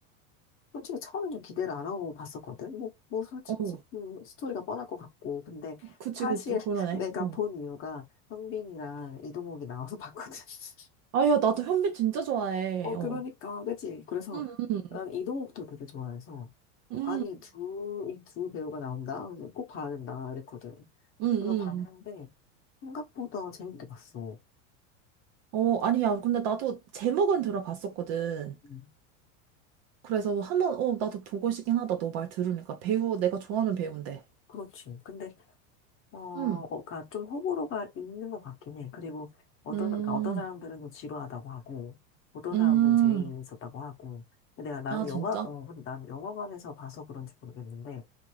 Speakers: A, on the left (about 30°); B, on the right (about 40°).
A: 솔직히 처음엔 좀 기대를 안 하고 봤었거든. 뭐, 뭐, 솔직히,
B: 어,
A: 소- 음, 스토리가 뻔할 것 같고. 근데
B: 그치,
A: 사실
B: 그치,
A: <laughs>
B: 그러네.
A: 내가
B: 어.
A: 본 이유가 형빈이랑 이동욱이 나와서 봤거든. <laughs>
B: 아야, 나도 현빈 진짜 좋아해.
A: 어,
B: 어.
A: 그러니까, 그치? 그래서
B: 응응
A: 난 이동욱도 되게 좋아해서.
B: 응
A: 아니, 두, 이 두 배우가 나온다? 그래서 꼭 봐야 된다. 이랬거든.
B: 응응
A: 그래서 봤는데, 생각보다 재밌게 봤어.
B: 어, 아니야. 근데 나도 제목은 들어봤었거든.
A: 음,
B: 그래서 한번, 어, 나도 보고 싶긴 하다. 너 말 들으니까. 배우, 내가 좋아하는 배우인데.
A: 그렇지. 근데 어, 어,
B: 응
A: 그러니까 좀 호불호가 있는 것 같긴 해. 그리고 어떤,
B: 음,
A: 그러니까 어떤 사람들은 좀 지루하다고 하고, 어떤
B: 음.
A: 사람들은 재미있었다고 하고. 근데 내가 나는
B: 아, 진짜?
A: 영화, 어, 근데 나는 영화관에서 봐서 그런지 모르겠는데,